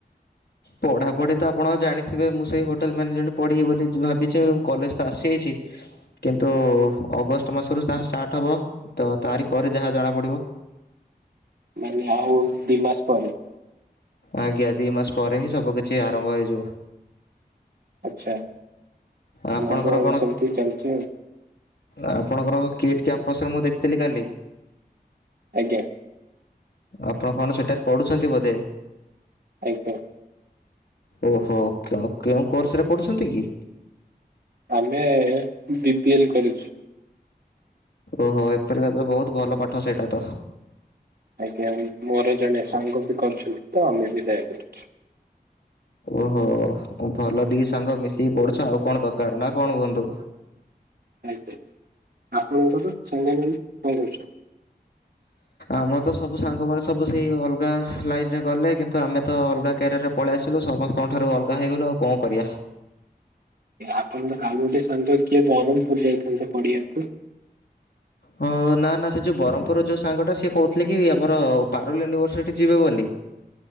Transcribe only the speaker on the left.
ପଢ଼ାପଢ଼ି ତ ଆପଣ ଜାଣିଥିବେ ମୁଁ ସେଇ ହୋଟେଲ ମ୍ୟାନେଜେଣ୍ଟ ପଢ଼ିବି ବୋଲି ଭାବିଛି, ମୁ କଲେଜ ତ ଆସିଯାଇଛି। କିନ୍ତୁ ଅଗଷ୍ଟ ମାସରୁ ଯହା ଷ୍ଟାର୍ଟ ହେବ ତ ତାରି ପରେ ଯାହା ଜଣାପଡ଼ିବ।
ଆଜ୍ଞା ଦି ମାସ ପରେ ହିଁ ସବୁ କିିଛି ଆରମ୍ଭ ହେଇଯିବ।
ଆପଣଙ୍କର
କଣ
ଆପଣଙ୍କର କିଟ୍ କ୍ୟାମ୍ପସରେ ମୁଁ ଦେଖିଥିଲି କାଲି
ଆପଣ କଣ ସେଠାରେ ପଢ଼ୁଛନ୍ତି ବୋଧେ?
ଓହୋ କେ କେଉଁ କୋର୍ସ ରେ ପଢୁଛନ୍ତି କି?
ଓହୋ ଏପରି କ ବହୁତ ଭଲ ପାଠ ସେଇଟା ତ।
ଓହୋ ଭଲ ଦି ସାଙ୍ଗ ମିଶିକି ପଡୁଛ ଆଉ କଣ ଦରକାର, ନା କଣ ହୁଅନ୍ତୁ?
ଆମର ତ ସବୁ ସାଙ୍ଗମାନେ ସବୁ ସେଇ ଅଲଗା ଲାଇନରେ ଗଲେ କିନ୍ତୁ ଆମେ ତ ଅଲଗା କ୍ୟାରିୟରରେ ପଳେଇ ଆସିଲୁ ସମସ୍ତଙ୍କଠାରୁ ଅଲଗା ହୋଇଇଗଲୁ ଆଉ କଣ କରିବା।
ହଁ ନା ନା ସେ ଯେଉଁ ବ୍ରହ୍ମପୁର ର ଯୋଉ ସାଙ୍ଗଟା ସିଏ କହୁଥିଲେ କି ଆମର ପାରଲ ୟୁନିଭର୍ସିଟି ଯିବେ ବୋଲି।